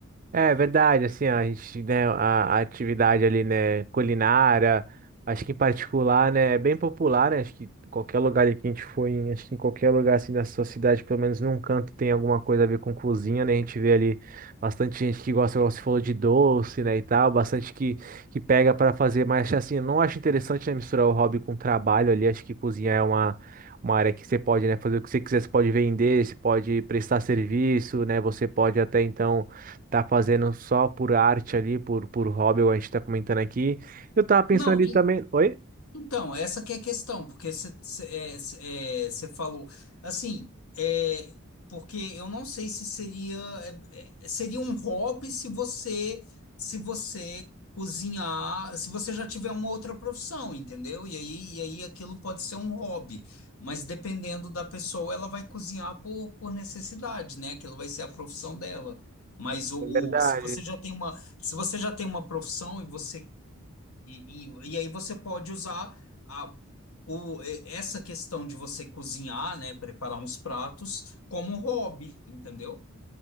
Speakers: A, on the right; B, on the left.
A: É verdade, assim, a gente, né, a, a atividade ali, né, culinária, acho que em particular, né, é bem popular, né, acho que qualquer lugar ali que a gente for, em, acho que em qualquer lugar, assim, da sua cidade, pelo menos num canto tem alguma coisa a ver com cozinha, né, a gente vê ali bastante gente que gosta, igual você falou, de doce, né, e tal, bastante que, que pega para fazer, mas, assim, eu não acho interessante, né, misturar o hobby com o trabalho ali, acho que cozinha é uma... Uma área que você pode, né, fazer o que você quiser, você pode vender, você pode prestar serviço, né? Você pode até então tá fazendo só por arte ali, por, por hobby, igual a gente tá comentando aqui. Eu tava pensando
B: Não,
A: ali também. Oi?
B: Então, essa que é a questão, porque você falou assim, é, porque eu não sei se seria é, é, seria um hobby se você se você cozinhar, se você já tiver uma outra profissão, entendeu? E aí, e aí aquilo pode ser um hobby, mas dependendo da pessoa, ela vai cozinhar por, por necessidade, né? Aquilo vai ser a profissão dela. Mas o,
A: É verdade.
B: o- se você já tem uma, se você já tem uma profissão e você e, e, e aí você pode usar a, o, e- essa questão de você cozinhar, né, preparar uns pratos como um hobby, entendeu?